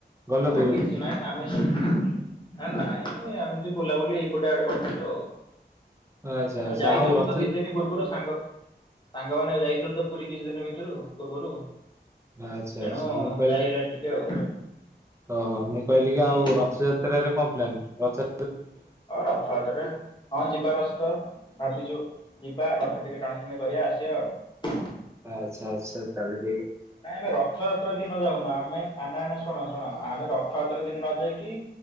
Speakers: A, on the right (about 15°); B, on the left (about 25°).
A: ଗଲ ତୁ
B: କିଛି ନାଇଁ ଆମେ <inaudible> ନାଇଁ ଏମି ବୁଲାବୁଲି ଏଇପଟେ ଆଡେ କରିଥିଲୁ ଆଉ।
A: ଆଛା
B: ଆମେ
A: ଆଛା
B: ଯାଇଥିଲୁ
A: ଆଉ ର
B: କିଛି ଦିନ ପୂର୍ବରୁ ତ ସାଙ୍ଗ ସାଙ୍ଗମାନେ ଯାଇଥିଲୁ ତ ପୁରୀ କିଛି ଦିନ ଭିତ ରୁ ପୂର୍ବରୁ
A: ଆଚ୍ଛା
B: ତେଣୁ
A: ଆଚ୍ଛା ମୁଁ କହିଲି
B: ଯାଇ ହେଲାନି ଟିକେ ଆଉ
A: ଓହୋ ମୁଁ କହିଲି
B: ହୁଁ
A: କି ଆଉ ରଥଯାତ୍ରାରେ କଣ ପ୍ଲାନ୍ ରଥା
B: ଆ ରଥଯାତ୍ରା ହଁ ଯିବାର ଅଛି ତ। ଭାବିଚୁ ଯିବା ରଥ ଟିକେ ଟାଣିଟଣି କରିବା ଆସିବା ଆଉ ।
A: ଆଛା ଆଛା ତାହାଲେ ।
B: ନାଇଁ ଆମେ ରଥଯାତ୍ରା ଦିନ ଯାଉନୁ ଆମେ ନା ନା ଶୁଣ ଶୁଣ ଆମେ ରଥ ତରେ ଦିନ ନ ଯାଇକି